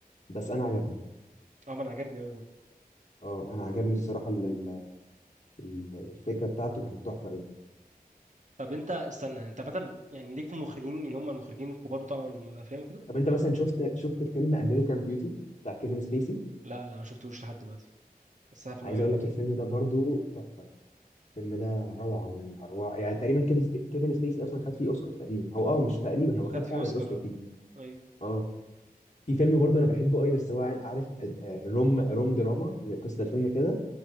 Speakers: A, on the left; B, on the right.
A: بس انا عجبني
B: اه ما انا عجبني قوي
A: اه انا عجبني الصراحة ال- ال- ال- الفكرة بتاعته كانت تحفة قوي
B: طب انت استنى انت مثلا يعني ليك في المخرجين اللي هم المخرجين الكبار بتوع الافلام وكده
A: طب انت مثلا شفت شفت فيلم امريكان بيوتي بتاع كيفن سبيسي
B: لا لا ما شفتوش لحد دلوقتي بس عارف ان
A: عايز
B: هو حلو
A: اقول
B: قوي
A: لك الفيلم ده برضو تحفة الفيلم ده روعة من اروع يعني تقريبا كيفن سبي- كيفن سبيسي اصلا خد فيه اوسكار تقريبا او اه مش تقريبا هو خد
B: خد
A: فعلا
B: فيه اوسكار
A: الاوسكار
B: اه
A: فيه
B: ايوه
A: اه في فيلم برضه انا بحبه قوي بس هو عارف آه، روم روم دراما قصة الفيلم كده